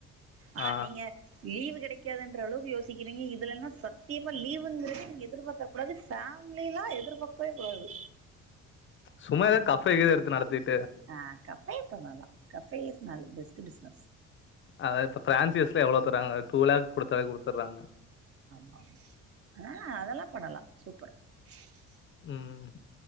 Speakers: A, on the right; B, on the left.
A: ஆனா
B: ஆ
A: நீங்க லீவுக கடைக்காதுன்ற அளவுக் யோசிக்கிறீங்க இதுலல்லா சத்தியமா லீவுங்கரதே நீங்க எதிர்பார்க கூடாது ஃபேமலிலா எதிர்பார்க்கவே கூடாது
B: சும்மாதா கஃபே இது எடுத்து நடத்து
A: ஆ கஃபே பண்ணலா கஃபே இஸ் நல் பெஸ்ட்டு பிசுனஸ்
B: அத இப்ப பிரான்சிஸ்ல எவ்வளவு தர்றாங்க டூ லேக் குடுத்தாலே குடுத்துர்றாங்க
A: ஆ ஆ அதெல்லா பண்ணலா சூப்பர் சஹ <inaudible>
B: ம்